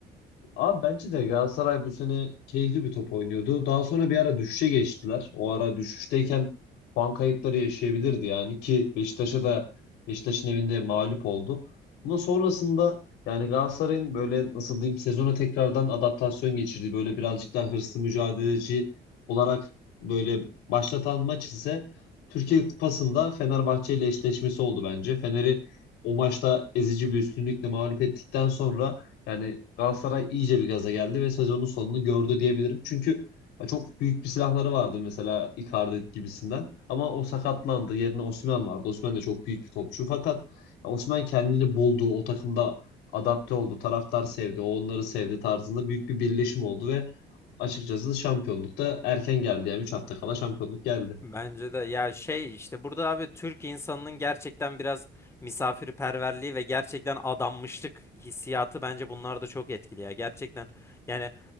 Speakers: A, on the left (about 85°); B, on the left (about 15°).
A: Abi bence de Galatasaray bu sene keyifli bir top oynuyordu. Daha sonra bir ara düşüşe geçtiler. O ara düşüşteyken puan kayıpları yaşayabilirdi yani ki Beşiktaş'a da Beşiktaş'ın evinde mağlup oldu. Ama sonrasında yani Galatasaray'ın böyle nasıl diyeyim sezona tekrardan adaptasyon geçirdiği böyle birazcık daha hırslı mücadeleci olarak böyle başlatan maç ise Türkiye Kupası'nda Fenerbahçe ile eşleşmesi oldu bence. Fener'i o maçta ezici bir üstünlükle mağlup ettikten sonra yani Galatasaray iyice bir gaza geldi ve sezonun sonunu gördü diyebilirim. Çünkü çok büyük bir silahları vardı mesela Icardi gibisinden. Ama o sakatlandı. Yerine Osimhen vardı. Osimhen de çok büyük bir topçu. Fakat Osimhen kendini buldu. O takımda adapte oldu. Taraftar sevdi. O onları sevdi tarzında büyük bir birleşim oldu ve açıkçası şampiyonlukta erken geldi. Yani 3 hafta kala şampiyonluk geldi.
B: Bence de ya şey işte burada abi Türk insanının gerçekten biraz misafirperverliği ve gerçekten adanmışlık hissiyatı bence bunlar da çok etkili ya. Gerçekten yani